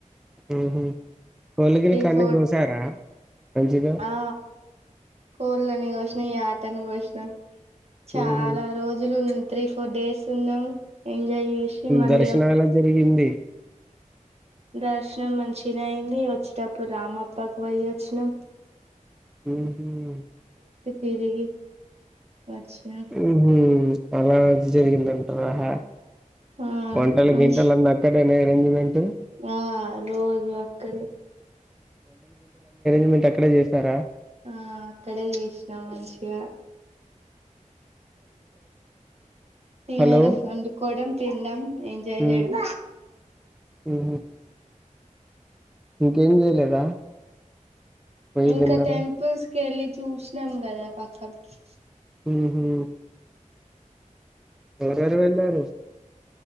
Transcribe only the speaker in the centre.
ఉహు కోలిగినీ కన్నీ
గోశారా మంచిగా
ఉహు
దర్శనం ఎలా జరిగింది
ఊ హుమ్
మ్మ్ హు అలా జరిగిందంటరా హ
వంటలు
గింటలు అన్ని అక్కడ్ అన్ని అరెంజ్ మెంట్
ఏంటి అక్కడే చేస్తారా
హలో
ఉమ్.
ఉహు ఇంకేం చేయలేదా పోయి
తిన్నారా
ముహు ఎవరు ఎవరు వెళ్ళారు